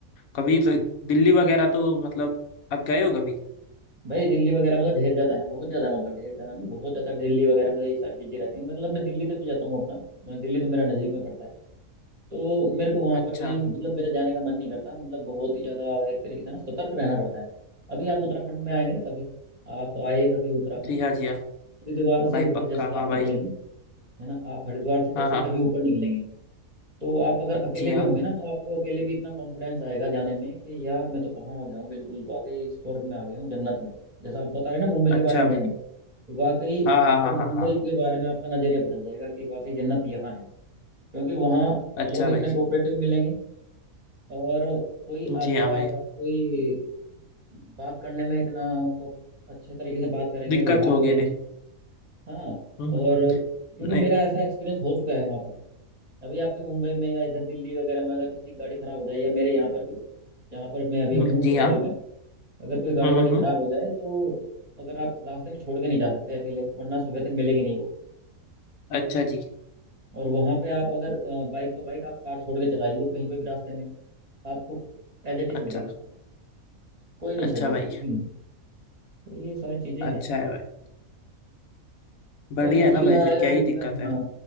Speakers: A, on the left; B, on the right.
A: कभी तो दिल्ली वगैरह तो मतलब आप गए हो कभी
B: भाई दिल्ली वगैरह में तो ढेर ज्यादा है बहुत ज्यादा मतलब ढेर ज्यादा नहीं बहुत ज्यादा दिल्ली वगैरह में तो ये सारी चीजें रहती है मतलब मैं दिल्ली तक भी जाता हूँ अपना मैं दिल्ली तो मेरा नजदीक में पड़ता है तो मेरे को वहां
A: अच्छा
B: पर भी मतलब मेरा जाने का मन नहीं करता मतलब बहुत ही ज्यादा एक तरीके से ना सतर्क रहना पड़ता है अभी आप उत्तराखंड में आएंगे ना कभी आप आए कभी उत्तराखंड
A: जी हाँ जी हाँ
B: हरिद्वार से
A: भाई
B: ऊपर
A: पक्का
B: जैसे ही आप
A: हाँ
B: निकलेंगे
A: भाई
B: है ना आप हरिद्वार से जैसे
A: हाँ हाँ
B: ही कभी ऊपर निकलेंगे तो आप अगर अकेले
A: जी हाँ
B: भी होंगे ना तो आपको अकेले भी इतना कॉन्फिडेंस आएगा जाने में कि यार मैं तो कहाँ आ गया हूँ बिल्कुल वाकई स्वर्ग में आ गया हूँ जन्नत में जैसा आप बता रहे हैं ना मुंबई
A: अच्छा
B: के बारे में
A: भाई
B: जन्नत वाकई
A: हाँ
B: आपको
A: हाँ हाँ हाँ
B: मुंबई
A: हाँ
B: के बारे में आपका नजरिया बदल जाएगा कि वाकई जन्नत यहाँ है क्योंकि वहाँ
A: अच्छा
B: लोग इतने
A: भाई
B: कोऑपरेटिव मिलेंगे और कोई
A: जी
B: आपका
A: हाँ भाई
B: कोई बात करने में इतना को अच्छे तरीके से बात करेंगे
A: दिक्कत
B: व्यवहार
A: होगी
B: करेंगे
A: नहीं
B: हाँ
A: हम्म
B: और
A: हम्म, हम्म,
B: क्योंकि
A: नहीं
B: मेरा ऐसा एक्सपीरियंस हो चुका है वहाँ पर अभी आपके मुंबई में या इधर दिल्ली वगैरह में अगर किसी की गाड़ी खराब हो जाए या मेरे यहाँ पर भी जहाँ पर मैं अभी
A: हम्म,
B: हूँ
A: जी
B: लोकल
A: हाँ
B: में अगर कोई गाड़ी
A: हम्म
B: वाड़ी
A: हम्म
B: खराब
A: हम्म,
B: हो जाए तो अगर आप रास्ते में छोड़ के नहीं जा सकते अकेले वरना सुबह तक मिलेगी नहीं वो
A: अच्छा जी
B: और वहां पे आप अगर बाइक तो बाइक आप कार छोड़ के चलाइए कहीं पे भी रास्ते में आपको एज इट इज
A: अच्छा
B: मिलेगी कोई नहीं
A: अच्छा
B: छेड़ेगा
A: भाई
B: कुछ भी नहीं तो ये सारी चीजें
A: अच्छा
B: हैं
A: है भाई बढ़िया
B: चलिए ठीक
A: है ना भाई
B: लगा
A: फिर क्या ही
B: सर
A: दिक्कत है
B: हाँ